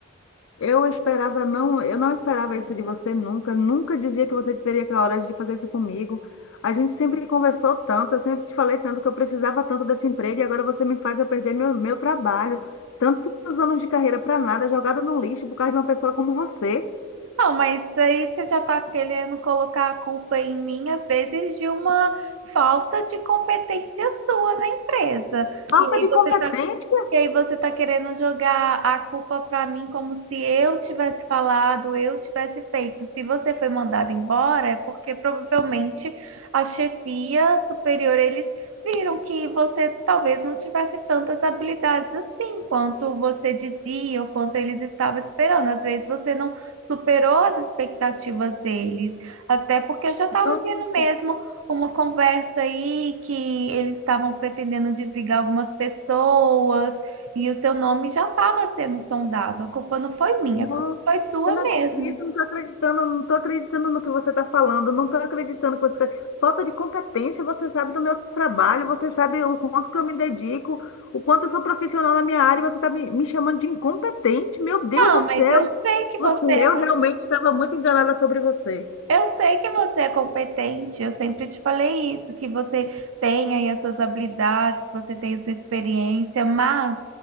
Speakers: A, on the left; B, on the right.
A: Eu esperava não, eu não esperava isso de você nunca. Nunca dizia que você teria coragem de fazer isso comigo. A gente sempre conversou tanto, eu sempre te falei tanto que eu precisava tanto desse emprego e agora você me faz eu perder meu, meu trabalho. Tantos anos de carreira para nada, jogada no lixo por causa de uma pessoa como você.
B: Não, mas aí você já está querendo colocar a culpa em mim, às vezes, de uma falta de competência sua na empresa.
A: Falta
B: E aí
A: de
B: você
A: competência.
B: está E aí você tá querendo jogar a culpa pra mim como se eu tivesse falado, eu tivesse feito. Se você foi mandado embora, é porque provavelmente a chefia superior, eles viram que você talvez não tivesse tantas habilidades assim quanto você dizia ou quanto eles estavam esperando. Às vezes você não superou as expectativas deles, até porque eu já estava
A: Nossa,
B: vendo mesmo uma conversa aí que eles estavam pretendendo desligar algumas pessoas e o seu nome já estava sendo sondado. A culpa não foi minha,
A: não,
B: a culpa foi sua
A: eu não
B: mesmo.
A: acredito, não estou acreditando, não estou acreditando no que você está falando, não estou acreditando que você. Falta de competência, você sabe do meu trabalho, você sabe o quanto que eu me dedico, o quanto eu sou profissional na minha área, e você está me, me chamando de incompetente, meu Deus
B: Não,
A: do
B: mas
A: céu!
B: eu sei que
A: Você,
B: você é
A: eu realmente estava muito enganada sobre você.
B: Eu sei que você é competente, eu sempre te falei isso, que você tem aí as suas habilidades, você tem a sua experiência, mas